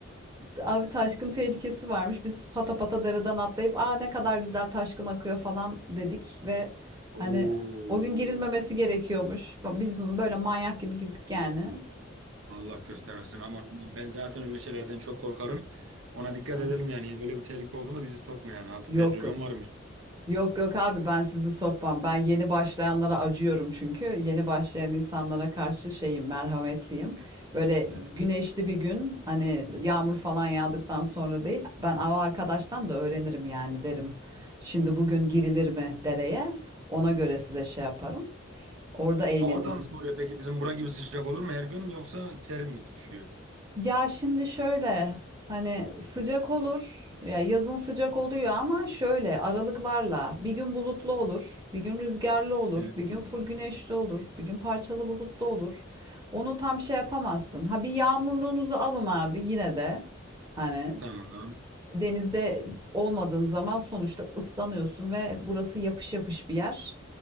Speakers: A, on the right; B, on the right.
A: Abi taşkın tehlikesi varmış. Biz pata pata dereden atlayıp aa ne kadar güzel taşkın akıyor falan dedik ve hani
B: Oo.
A: o gün girilmemesi gerekiyormuş. Biz böyle manyak gibi girdik yani.
B: Allah göstermesin ama ben zaten öyle şeylerden çok korkarım. Ona dikkat
A: Yani
B: edelim yani. Öyle bir tehlike olduğunda bizi sokma yani. Artık
A: yok
B: tecrübem
A: yok.
B: varmış.
A: Yok yok abi ben sizi sokmam. Ben yeni başlayanlara acıyorum çünkü. Yeni başlayan insanlara karşı şeyim, merhametliyim.
B: Evet.
A: Böyle
B: Evet.
A: güneşli bir gün hani yağmur falan yağdıktan sonra değil. Ben av arkadaştan da öğrenirim yani derim. Şimdi bugün girilir mi dereye? Ona göre size şey yaparım. Orada eğleniriz
B: Havadan soruyor peki bizim bura gibi sıcak olur mu her gün yoksa serin mi düşüyor?
A: Ya şimdi şöyle hani sıcak olur ya yazın sıcak oluyor ama şöyle aralıklarla bir gün bulutlu olur, bir gün rüzgarlı olur,
B: Hı
A: bir gün
B: hı.
A: full güneşli olur, bir gün parçalı bulutlu olur. Onu tam şey yapamazsın. Ha bir yağmurluğunuzu alın abi yine de hani
B: Tamam.
A: denizde olmadığın zaman sonuçta ıslanıyorsun ve burası yapış yapış bir yer.